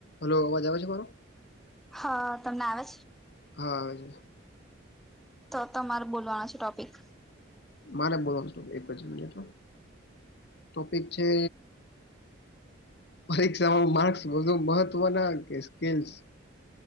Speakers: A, on the left (about 55°); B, in the centre.
A: Hello અવાજ આવે છે, મારો?
B: હ તમને આવે
A: હ આવે છે.
B: તો તમારે બોલવાનો છે, ટોપિક
A: મારે બોલોનું હતું એક જ મિનિટ ટોપિક છે. પરીક્ષામાં માર્ક્સ વધુ મહત્વના કે સ્કીલસ